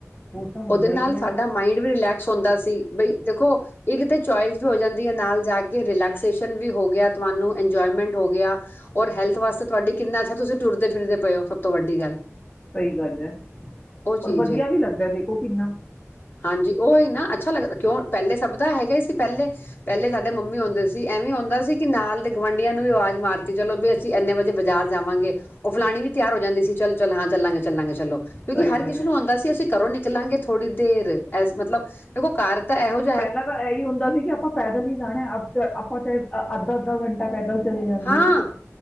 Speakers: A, on the left; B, on the left.
A: ਉਹ ਤਾਂ ਹੁੰਦਾ
B: ਉਹਦੇ ਨਾਲ
A: ਹੀ ਹੈ
B: ਸਾਡਾ ਮਾਈੰਡ ਵੀ ਰਿਲੈਕਸ ਹੁੰਦਾ ਸੀ ਬਈ ਦੇਖੋ ਇਹ ਕਿਤੇ ਚੋਇਸ ਵੀ ਹੋ ਜਾਂਦੀ ਹੈ ਨਾਲ ਜਾ ਕੇ ਰਿਲੈਕਸੇਸ਼ਨ ਵੀ ਹੋ ਗਿਆ ਤੁਹਾਨੂੰ ਇੰਜੋਏਮੈਂਟ ਹੋ ਗਿਆ ਔਰ ਹੈਲਥ ਵਾਸਤੇ ਤੁਹਾਡੀ ਕਿੰਨਾ ਅੱਛਾ ਤੁਸੀ ਤੁਰਦੇ <unintelligible> ਸਭ ਤੋਂ ਵੱਡੀ ਗੱਲ
A: ਸਹੀ ਗੱਲ ਹੈ
B: ਉਹ
A: ਪਰ
B: ਚੀਜ਼
A: ਵਧੀਆ
B: ਹੈ।
A: ਵੀ ਲੱਗਦਾ ਦੇਖ ਉਹ ਕਿੰਨਾ
B: ਹਾਂਜੀ ਉਹੀ ਨਾ ਅੱਛਾ ਲੱਗਦਾ ਕਿਉਂ ਪਹਿਲੇ ਸਭ ਦਾ ਹੈਗਾ ਹੀ ਸੀ ਪਹਿਲੇ ਪਹਿਲੇ ਸਾਡੇ ਮੰਮੀ ਹੁੰਦੇ ਸੀ ਐਵੇਂ ਹੁੰਦਾ ਸੀ ਕਿ ਨਾਲ ਦੇ ਗੁਵਆਂਢੀਆਂ ਨੂੰ ਵੀ ਆਵਾਜ਼ ਮਾਰ ਚਲੋ ਵੀ ਅਸੀਂ ਇੰਨੇ ਵਜੇ ਬਾਜ਼ਾਰ ਜਾਵਾਂਗੇ ਉਹ ਫਲਾਣੀ ਵੀ ਤਿਆਰ ਹੋ ਜਾਂਦੀ ਸੀ ਚੱਲ ਚਲ ਹਾਂ ਚੱਲਾਂਗੇ ਚੱਲਾਂਗੇ ਚਲੋ ਕਿਉਂਕਿ
A: ਸਹੀ
B: ਹਰ
A: ਗੱਲ
B: ਕਿਸੇ
A: ਹੈ
B: ਨੂੰ ਆਉਂਦਾ ਸੀ ਅਸੀਂ ਕਰੋਂ ਨਿਕਲਾਂਗੇ ਥੋੜ੍ਹੀ ਦੇਰ ਐ ਮਤਲਬ ਦੇਖੋ ਘਰ ਤਾਂ ਇਹੋ ਜਿ
A: ਪਹਿਲਾਂ ਤਾਂ ਇਹੀ ਹੁੰਦਾ ਸੀ ਕਿ ਆਪਾਂ ਪੈਦਲ ਹੀ ਜਾਣਾ ਆਪਾਂ ਚਾਹੇ ਅੱਧਾ ਅੱਧਾ ਘੰਟਾ ਪੈਦਲ ਚਲੇ ਜਾਂਦੇ
B: ਹਾਂ
A: ਸੀ